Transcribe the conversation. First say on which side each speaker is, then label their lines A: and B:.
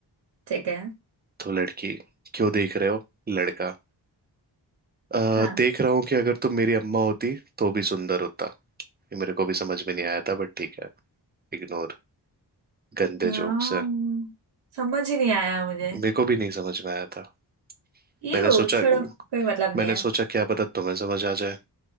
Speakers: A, on the right (about 70°); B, on the right (about 25°).
A: ठीक है
B: तो लड़की क्यों देख रहे हो लड़का "अ,
A: हाँ
B: देख रहा हूँ कि अगर तुम मेरी अम्मा होती तो भी सुंदर होता ये मेरे को भी समझ में नहीं आया था बट ठीक है इग्नोर गंदे
A: हाँ
B: जोक्स है
A: हम्म, समझ ही नहीं आया मुझे
B: मेरे को भी नहीं समझ में आया था
A: यू
B: मैंने सोचा
A: छोड़ो कोई मतलब नहीं
B: मैंने
A: है
B: सोचा क्या पता तुम्हें समझ आ जाए